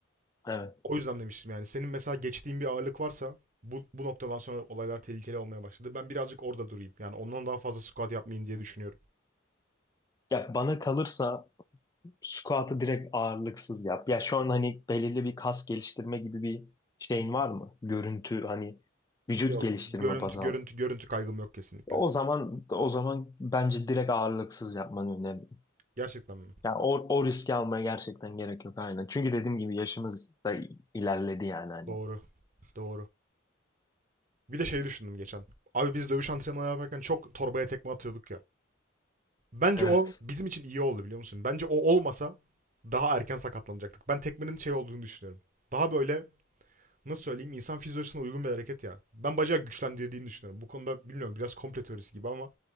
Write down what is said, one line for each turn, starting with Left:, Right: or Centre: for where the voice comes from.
Left: Evet.
Right: O yüzden demiştim yani. Senin mesela geçtiğin bir ağırlık varsa bu, bu noktadan sonra olaylar tehlikeli olmaya başladı. Ben birazcık orada durayım. Yani ondan daha fazla squat yapmayayım diye düşünüyorum.
Left: Ya bana kalırsa squat'ı direkt ağırlıksız yap. Ya şu an hani belirli bir kas geliştirme gibi bir şeyin var mı? Görüntü hani vücut
Right: Yok.
Left: geliştirme
Right: Görüntü,
Left: baz al.
Right: görüntü, görüntü kaygım yok kesinlikle.
Left: O zaman o zaman bence direkt ağırlıksız yapmanı öneririm.
Right: Gerçekten mi?
Left: Ya o, o riski almaya gerçekten gerek yok aynen. Çünkü dediğim gibi yaşımız da ilerledi yani hani.
Right: Doğru, doğru. Bir de şeyi düşündüm geçen. Abi biz dövüş antrenmanı yaparken çok torbaya tekme atıyorduk ya. Bence
Left: Evet.
Right: o bizim için iyi oldu biliyor musun? Bence o olmasa daha erken sakatlanacaktık. Ben tekmenin şey olduğunu düşünüyorum. Daha böyle nasıl söyleyeyim insan fizyolojisine uygun bir hareket ya. Ben bacağı güçlendirdiğini düşünüyorum. Bu konuda bilmiyorum biraz komple teorisi gibi ama